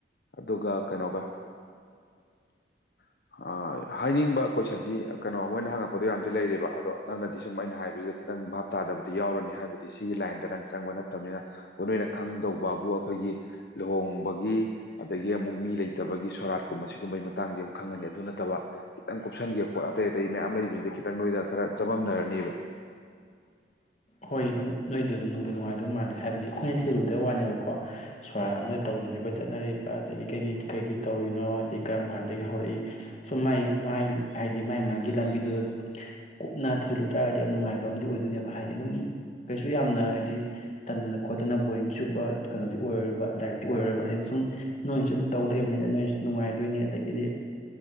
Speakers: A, on the left (about 55°); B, on the left (about 40°).
A: ꯑꯗꯨꯒ ꯀꯩꯅꯣꯒ ꯑ ꯍꯣꯏ ꯍꯥꯏꯅꯤꯡꯕ ꯀꯣꯏꯁꯟꯗꯤ ꯀꯩꯅꯣ ꯃꯣꯏꯅ ꯍꯪꯉꯛꯄꯗꯣ ꯌꯥꯝꯗꯤ ꯂꯩꯔꯦꯕ ꯑꯗꯣ ꯅꯪꯅꯗꯤ ꯁꯨꯝ ꯑꯩꯅ ꯍꯥꯏꯕꯁꯤꯗ ꯈꯤꯇꯪ ꯚꯥꯞ ꯇꯥꯗꯕꯗꯤ ꯌꯥꯎꯔꯅꯤ ꯍꯥꯏꯕꯗꯤ ꯁꯤꯒꯤ ꯂꯥꯏꯟꯗ ꯅꯪ ꯆꯪꯕ ꯅꯠꯇꯕꯅꯤꯅ ꯑꯣ ꯅꯣꯏꯅ ꯈꯪꯗꯧꯕꯕꯨ ꯑꯩꯈꯣꯏꯒꯤ ꯂꯨꯍꯣꯡꯕꯒꯤ ꯑꯗꯒꯤ ꯑꯃꯨꯛ ꯃꯤ ꯂꯩꯇꯕꯒꯤ ꯁꯣꯔꯥꯠꯀꯨꯝꯕ ꯁꯤꯒꯨꯝꯕꯒꯤ ꯃꯇꯥꯡꯁꯦ ꯑꯃꯨꯛ ꯈꯪꯉꯅꯤ ꯑꯗꯨ ꯅꯠꯇꯕ ꯈꯤꯇꯪ ꯀꯨꯞꯁꯟꯈꯤꯕ ꯄꯣꯠ ꯑꯇꯩ ꯑꯇꯩ ꯃꯌꯥꯝ ꯂꯩꯕꯁꯤꯗ ꯈꯤꯇꯪ ꯅꯣꯏꯗ ꯈꯔ ꯆꯃꯝꯅꯔꯅꯦꯕ
B: ꯍꯣꯏ ꯑꯗꯨꯝ ꯅꯣꯏꯗ ꯑꯗꯨꯝ ꯅꯨꯡꯗ ꯅꯨꯡꯉꯥꯏꯗꯨ ꯃꯥꯜꯂꯦ ꯍꯥꯏꯕꯗꯤ ꯑꯩꯈꯣꯏꯅ ꯊꯤꯜꯂꯨꯗꯕ ꯋꯥꯅꯦꯕꯀꯣ ꯁ꯭ꯋꯥꯏ ꯑꯃꯅ ꯇꯧꯅꯔꯤꯕ ꯆꯠꯅꯔꯤꯕ ꯑꯗꯒꯤ ꯀꯩꯒꯤ ꯀꯩꯒꯤ ꯇꯧꯔꯤꯅꯣ ꯑꯗꯩ ꯀꯔꯝ ꯀꯥꯟꯗꯒꯤ ꯍꯧꯔꯛꯏ ꯁꯨꯝ ꯃꯥꯏ ꯃꯥꯏ ꯍꯥꯏꯗꯤ ꯃꯥꯥꯏ ꯃꯥꯒꯤ ꯂꯝꯕꯤꯗꯨꯗ ꯀꯨꯞꯅ ꯊꯤꯖꯤꯜꯂꯨ ꯇꯥꯔꯒꯗꯤ ꯌꯥꯝ ꯅꯨꯡꯉꯥꯏꯕ ꯑꯃꯗꯤ ꯑꯣꯏꯗꯣꯏꯅꯦꯕ ꯍꯥꯏꯗꯤ ꯑꯗꯨꯝ ꯀꯩꯁꯨ ꯌꯥꯝꯅ ꯍꯥꯏꯗꯤ ꯇꯟꯗꯅ ꯈꯣꯠꯇꯅ ꯕꯣꯔꯤꯡ ꯆꯨꯕ ꯀꯩꯅꯣꯗꯤ ꯑꯣꯏꯔꯣꯏꯕ ꯗꯥꯏꯔꯦꯛꯇꯤ ꯑꯣꯏꯔꯣꯏꯕ ꯍꯥꯏꯗꯤ ꯁꯨꯝ ꯅꯣꯏꯁꯨꯝ ꯇꯧ ꯂꯩꯕꯅꯤꯅ ꯅꯣꯏꯅꯁꯨ ꯅꯨꯡꯉꯥꯏꯗꯣꯏꯅꯤ ꯑꯗꯩꯒꯤꯗꯤ